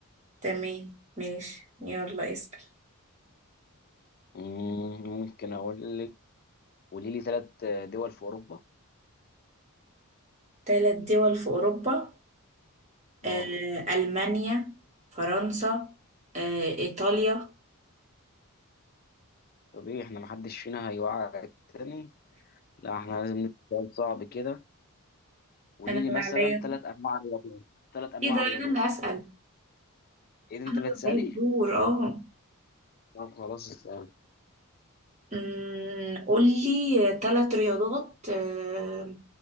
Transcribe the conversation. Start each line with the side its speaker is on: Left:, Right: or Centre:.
Right: تمام ماشي يلا اسأل
Left: مم، ممكن اقول لك قولي لي ثلاث دول في اوروبا
Right: تلات دول في أوروبا آه،
Left: اه
Right: ألمانيا فرنسا آه، إيطاليا
Left: طب ايه احنا محدش فينا هيوعى التاني لا احنا لازم نسأل سؤال صعب كده قولي
Right: أنا
Left: لي
Right: اللي
Left: مثلا
Right: عليا
Left: ثلاث انواع رياضات ثلاث انواع
Right: إيه ده أنا
Left: رياضات
Right: اللي هسأل
Left: ايه ده انت اللي
Right: عليا
Left: هتسالي
Right: الدور اه
Left: طب خلاص اسال
Right: أمم، قولي تلات رياضات آه،